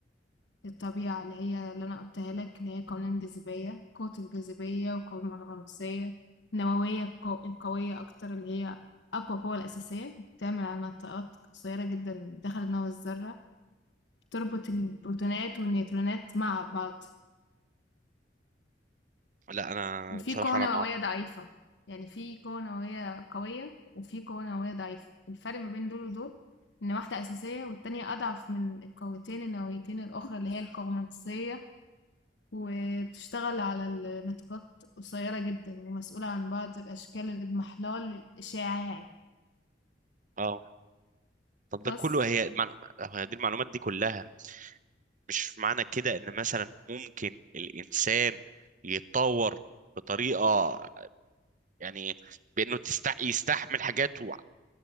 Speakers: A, on the left; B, on the right.
A: الطبيعة اللي هي اللي أنا قلتها لك اللي هي قوانين الجاذبية قوة الجاذبية والقوة الغناطيسية النووية القو- القوية أكتر اللي هي أقوى قوة الأساسية بتعمل على نطاقات قصيرة جدا داخل نواة الذرة تربط البروتونات والنيوترونات مع بعض
B: لا انا
A: وفي
B: بصراحه
A: قوة نووية
B: انا ما اعرف
A: ضعيفة يعني في قوة نووية قوية وفي قوة نووية ضعيفة الفرق ما بين دول ودول إن واحدة أساسية والتانية أضعف من القوتين النوويتين الأخرى اللي هي القوة الغناطيسية وبتشتغل على النطاقات قصيرة جدا ومسؤولة عن بعض أشكال الإضمحلال الإشعاعي
B: اه طب ده
A: بس
B: كله هي مع- هي دي المعلومات دي كلها مش معنى كده ان مثلا ممكن الانسان يتطور بطريقه يعني بانه تست... يستحمل حاجات و...